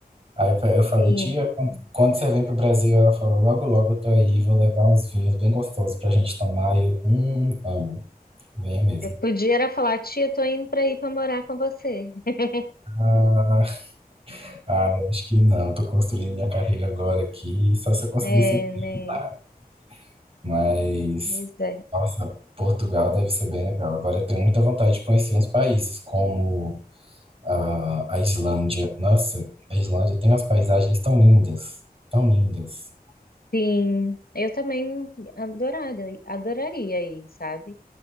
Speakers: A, on the right; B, on the left.
A: Aí eu, eu falei,
B: Sim.
A: tia, quando, quando você vem pro Brasil, ela falou, logo, logo eu tô aí, vou levar uns vinhos bem gostosos pra gente tomar. E eu, hum, amo, venha mesmo.
B: Eu podia era falar, tia, tô indo para ir para morar com você. <laughs>
A: Ah, ah, eu acho que não, tô construindo minha carreira agora aqui, só se eu conseguisse
B: É, né?
A: empregar. Mas,
B: Pois é.
A: nossa, Portugal deve ser bem legal. Agora eu tenho muita vontade de conhecer uns países, como a, a Islândia. Nossa, a Islândia tem umas paisagens tão lindas, tão lindas.
B: Sim. Eu também adoraria, adoraria ir, sabe?